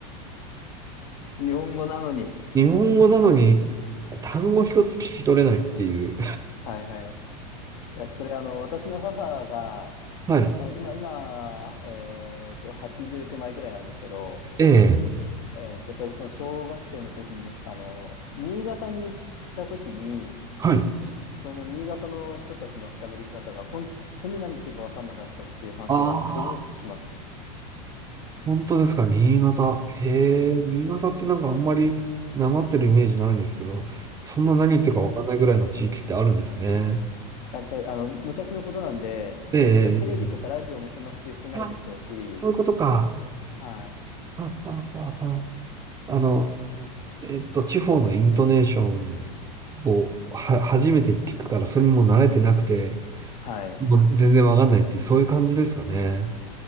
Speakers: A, on the left (about 70°); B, on the right (about 15°).
A: 日本語なのに。
B: 日本語なのに単語一つ聞き取れないっていう、
A: はいはい。いや、それあの、私の母が、
B: はい。
A: あ、今、今、えっと、80手前ぐらいなんですけど、
B: ええ。
A: えっと、やっぱりその小学生の時に、あの、新潟に行った時に、
B: はい。
A: その新潟の人たちの喋り方が本当に何言ってるか分かんなかったっていう話をすごく聞きます。
B: ああ、本当ですか、新潟。へえ、
A: はい。
B: 新潟ってなんかあんまりなまってるイメージないんですけど、そんな何言ってるかわかんないぐらいの地域ってあるんですね。
A: ややっぱりあの、昔のことなんで、
B: ええ、
A: やっぱりテレビとかラジオもそんな普及してないでしょうし、
B: ええあ、こういうことか。
A: はい。
B: あ、あ、あ、ああの、えっと、地方のイントネーションをは、初めて聞くから、それにもう慣れてなくて、
A: はい。
B: もう全然わかんないっていう、そういう感じですかね。